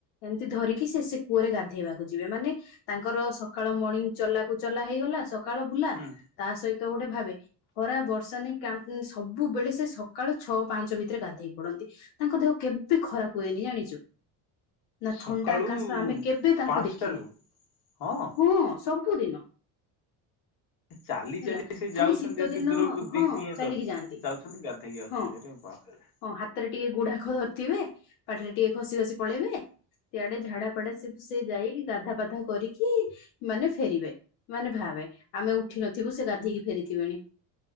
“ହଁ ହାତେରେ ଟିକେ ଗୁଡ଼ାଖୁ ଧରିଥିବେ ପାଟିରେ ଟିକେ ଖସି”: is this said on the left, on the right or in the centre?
Left